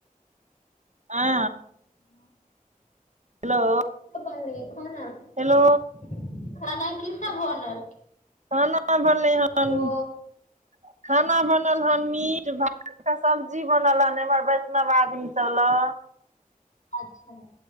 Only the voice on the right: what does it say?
<inaudible> आ
हेलो
हेलो
खाना बनलै हन
<inaudible> खाना बनल हन मीट भात एकटा सब्जी बनल है एमहर वैष्णव आदमी सब लऽ